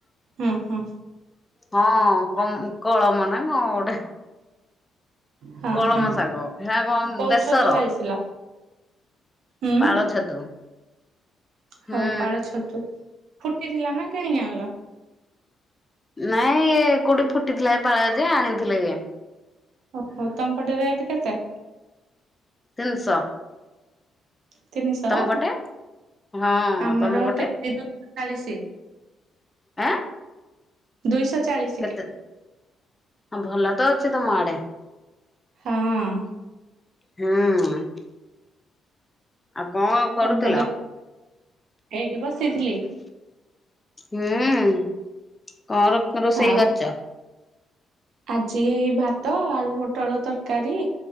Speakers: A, on the right; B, on the left.
A: ହୁଁ ହୁଁ।
B: ହଁ କମ କଳମ ନା କଣ ଗୋଟେ।
A: ହଁ
B: କଳମ
A: ହଁ
B: ଶାଗ ହେରା କଣ
A: କୋଉ
B: ବେସର।
A: ଛତୁ ଭାଜିଥିଲା? ହୁଁ
B: ପାଳ ଛତୁ। ହୁଁ
A: ହଉ ପାଳ ଛତୁ ଫୁଟିଥିଲା ନା କିଣିକି ଆଣିଲ?
B: ନାଇଁ ଇ କୋଉଠି ଫୁଟିଥିଲା ପାଳ ଯେ ଆଣିଥିଲେ ଇଏ।
A: ଓହୋ ତମପଟେ ରେଟ୍ କେତେ?
B: ତିନିଶହ।
A: ତିନିଶହ
B: ତମ ପଟେ ହଁ
A: ଆମର
B: ତମ ପଟେ?
A: କେଜି ଦୁଇଶହ ଚାଳିଶି।
B: ଆଁ।
A: ଦୁଇଶହ ଚାଳିଶ।
B: କେତେ ହଁ ଭଲ ତ ଅଛି ତମ ଆଡେ।
A: ହଁ
B: ହୁଁ। ଆଉ କଣ
A: ତମ
B: କରୁଥିଲ?
A: ପଟେ ଏଇଠି ବସିଥିଲି।
B: ହୁଁ କଣ ରୋଷେଇ
A: ଆଉ
B: କରଛ?
A: ଆଜି ଏଇ ଭାତ ଆଳୁ ପୋଟଳ ତରକାରୀ